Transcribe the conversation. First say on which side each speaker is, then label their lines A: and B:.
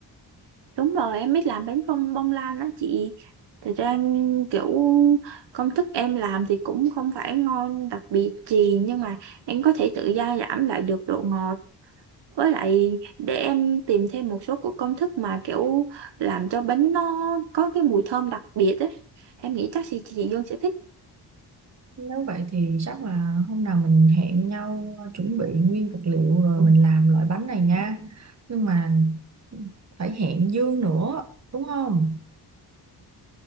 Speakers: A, on the right (about 80°); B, on the right (about 40°).
A: đúng rồi em biết làm bánh không bông lan đó chị thật ra em kiểu công thức em làm thì cũng không phải ngon đặc biệt gì nhưng mà em có thể tự gia giảm lại được độ ngọt với lại để em tìm thêm một số của công thức mà kiểu làm cho bánh nó có cái mùi thơm đặc biệt ấy em nghĩ chắc chị chị Dương sẽ thích
B: Nếu vậy thì chắc là hôm nào mình hẹn nhau ờ, chuẩn bị nguyên vật liệu rồi mình làm loại bánh này nha. Nhưng mà phải hẹn Dương nữa, đúng không?